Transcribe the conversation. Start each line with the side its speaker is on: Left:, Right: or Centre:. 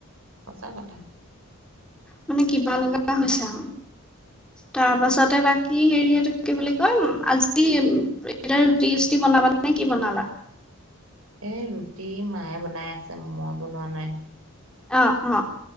Right: সঁচা কথা।
Centre: মানে কিবা লগা হৈছে আও। তাৰ পাছতে বাকি হেৰি কি বুলি কয়, আজি এতিয়া ৰুটি চুটি বনা নে কি বনালা?
Right: এই ৰুটি মায়ে বনাই আছে মই বনোৱা নাই।
Centre: অ অ।